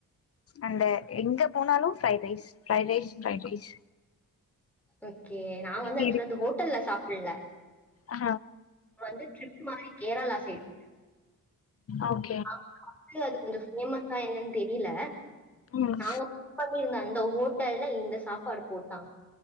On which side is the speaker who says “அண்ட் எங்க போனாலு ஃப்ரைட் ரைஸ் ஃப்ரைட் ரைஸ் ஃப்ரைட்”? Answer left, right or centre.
Left